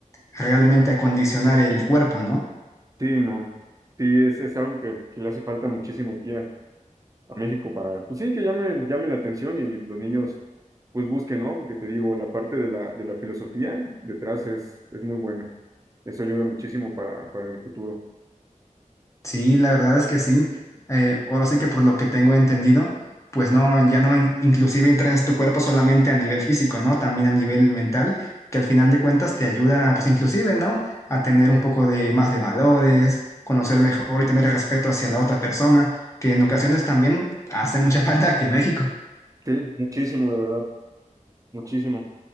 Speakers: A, on the left; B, on the right.
A: realmente acondicionar el cuerpo, ¿no?
B: Sí, no. Sí, es, es algo que, que le hace falta muchísimo aquí a, a México para, pues sí, que llame, llame la atención y los niños pues busquen, ¿no? Porque te digo, la parte de la, de la filosofía detrás es, es muy buena. Eso ayuda muchísimo para, para el futuro.
A: Sí, la verdad es que sí. Eh, ahora sí que por lo que tengo entendido, pues no, ya no in- inclusive entrenas tu cuerpo solamente a nivel físico, ¿no? También a nivel mental, que al final de cuentas te ayuda, pues inclusive, ¿no? A tener un poco de más de valores, conocer mejor y tener respeto hacia la otra persona, que en ocasiones también hace mucha <laughs> falta aquí en México.
B: Sí, muchísimo, de verdad, muchísimo.